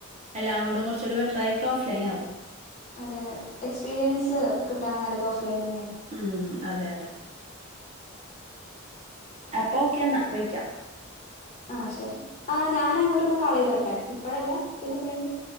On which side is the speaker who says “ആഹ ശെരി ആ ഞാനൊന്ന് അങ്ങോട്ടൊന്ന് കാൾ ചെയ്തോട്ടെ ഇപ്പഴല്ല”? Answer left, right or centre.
Left